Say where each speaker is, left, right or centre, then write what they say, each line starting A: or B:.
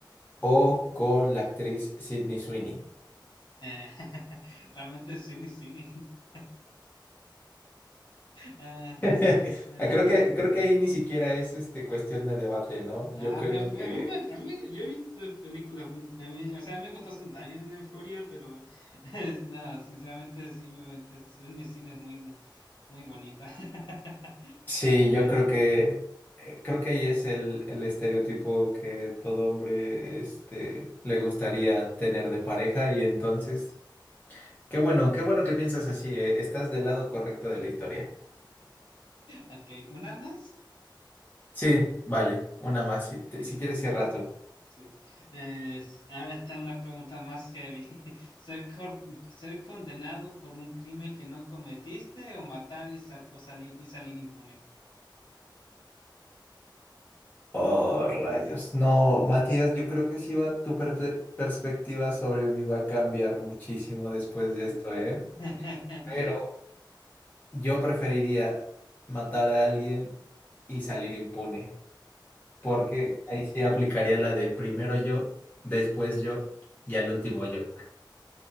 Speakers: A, on the left; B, on the left.
A: o con la actriz Sydney Sweeney.
B: Eh, <laughs> realmente es cine, cine. <laughs> Ah,
A: <laughs>
B: eh,
A: Creo que, creo que ahí ni siquiera es este cuestión
B: mm.
A: de debate, ¿no?
B: Ah,
A: Yo creo
B: A mí, a
A: que
B: mí me- a mí- yo he visto películas, un- a mí, o sea, me gustó Zendaya en Euphoria, pero <laughs> es, no, sinceramente sí, me- es- cine, cine es muy, muy bonita. <laughs>
A: Sí, yo creo que eh, creo que ahí es el, el estereotipo que todo hombre este, le gustaría tener de pareja y entonces, qué bueno, qué bueno que
B: <laughs>
A: piensas así, eh, Estás del lado correcto de la historia.
B: Ok, ¿una más?
A: Sí, vale, una más, si, te-
B: Ok,
A: si quieres cierra tú.
B: sí. Es- ahora está una pregunta más heavy. <laughs> ¿Ser, cor- ser condenado por un crimen que no cometiste o matar y, sal- o salir y salir impune?
A: Oh, rayos. No, Matías, yo creo que sí va, tu perfe- perspectiva sobre mí va a cambiar muchísimo después de esto, ¿eh?
B: <laughs>
A: Pero yo preferiría matar a alguien y salir impune. porque ahí sí aplicaría la de primero yo, después yo y al último yo.